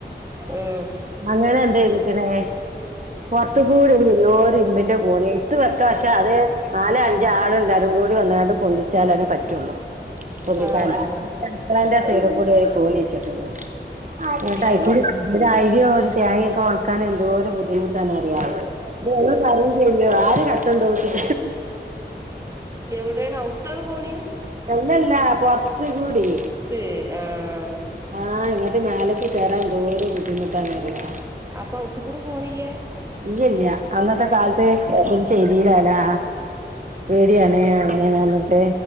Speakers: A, on the right; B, on the right.
A: ആഹ്
B: അങ്ങനെണ്ട് വിളിക്കിനെ പുറത്ത്കൂടെ ഒരുവല്യോര് ഇരുമ്പിന്റെ കോണി ഇട്ത്ത് വെക്കാം പക്ഷെ അത് നാല് അഞ്ച് ആള് എല്ലാരും കൂടി വന്നായിട്ട് പൊന്തിച്ചാലനേ പറ്റുള്ളൂ പൊന്തിക്കാന്
A: ആഹ്
B: ത്രന്റെസൈഡിൽ കൂടി ഒരു കോണി വച്ചിട്ടുണ്ട് എന്നിട്ട്അതിൽ
A: ഏഹ്
B: കൂടി ഒരു ആയിരോ ഒരുതേങ്ങക്കെ ഒണക്കാൻ എന്തോര് ബുദ്ധിമുട്ടാണ് അറിയോ? ഞങ്ങള് പറയുംചെയ്യോ ആര് കട്ടോണ്ടോവും <inaudible>
A: എവിടെ ആണ് അവ്ത്താണ് കോണി
B: അല്ലല്ല പോർത്ത് കൂടി
A: പ്പ് ആഹ്
B: ആഹ് ഇങ്ങട്ട് മേലേക്ക് കേറാൻ എന്തോര് ബുദ്ധിമുട്ടാന്നറിയോ?
A: അപ്പൊ അകത്തു കൂടെ കോണി ഇല്ലേ
B: ഇല്ലല്യ അന്നത്തെ കാലത്ത് ചെയ്തിലാ ല്ലാ പേടിയാണ്. അങ്ങനെയഞ്ട്ട്